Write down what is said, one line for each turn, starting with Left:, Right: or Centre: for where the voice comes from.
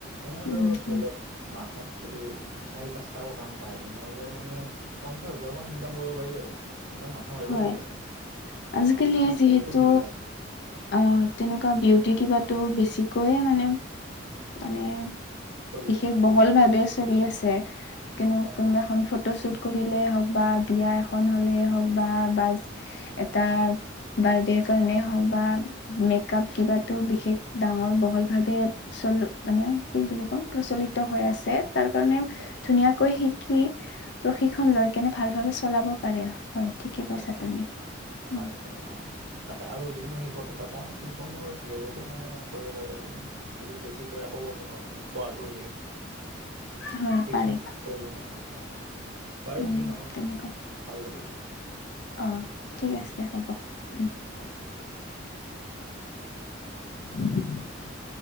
Right: তেনেহ'লেও
Left: উম,
Right: ধৰি
Left: হয়।
Right: লওক মাহত যদি চাৰি, পাঁচটাও কাম পায় তেনেহ'লেও মানে পঞ্চাশ হাজাৰ মান ইনকাম কৰিব পাৰি আৰু ইমান মাথা মাথা মাৰিবই
Left: হয়
Right: নালাগে
Left: আজিকালি
Right: অ, মানে
Left: যিহেতু
Right: বহুতো সুবিধা আছে।
Left: অ,
Right: উম,
Left: তেনেকুৱা বিউটি কিবাটো বেছিকৈয়ে মানে -মানে
Right: চলিছে
Left: বিশেষ বহল ভাৱে চলি আছে কিনো
Right: হয়,
Left: কোনোবা
Right: হয়,
Left: এখন ফটোশ্বুট কৰিলে হওক বা বিয়া এখন হলে হওক বা- বাজ এটা বাৰ্থডেৰ কাৰণে হওক বা মেক আপ কিবাটো বিশেষ ডাঙৰ বহল ভাৱে চলো মানে কি বুলি ক'ম প্ৰচলিত হৈ আছে তাৰ কাৰণে
Right: হয়।
Left: ধুনীয়াকৈ শিক শিকি প্ৰশিক্ষণ লয় কেনে ভাল ভাৱে চলাব পাৰে হয়। ঠিকে কৈছা
Right: পাৰে -পাৰে
Left: তুমি উম
Right: পাৰে -পাৰে অ। তাকে আৰু যদি মই শেষত এটা কওঁ টিউচনৰ জৰিয়তেও মানে কৰিব পাৰি আৰু মানে। যদি বেছিকৈ একো কৰিব নোৱাৰে পঢ়াটো হৈ থাকে।
Left: <inaudible>
Right: টিউচন
Left: পাৰি
Right: কৰি কিনে হয় অ, বাৰু
Left: উম
Right: যি নহওক
Left: তেনেকুৱা
Right: ভাল লাগিল।
Left: অ,
Right: কথা
Left: ঠিক
Right: পাতি
Left: আছে হ'ব। উম
Right: হয়।
Left: <inaudible>